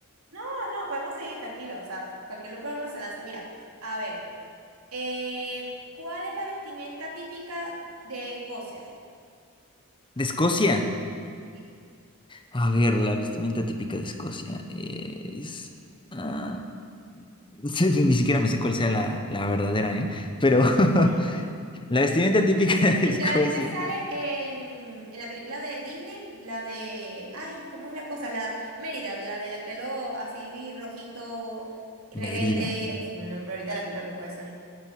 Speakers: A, on the right; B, on the left.
A: No, no, podemos seguir tranquilos. O sea, cualquier locura uno se lanza. Mira, a ver. eh, ¿cuál es la vestimenta típica de Escocia?
B: De Escocia.
A: Sí.
B: A ver, la vestimenta típica de Escocia es... ah, <laughs> sí, ni siquiera me sé cuál sea la, la verdadera, ¿eh? Pero
A: Ay,
B: <laughs> la vestimenta típica
A: Ese
B: de
A: literalmente
B: Escocia.
A: sale en, en la película de Disney, la de, ay, ¿cómo es la cosa? La Mérida, la de la pelo así rojito, rebelde.
B: Mérida.
A: Ay, se me nombró ahorita la película, no puede ser.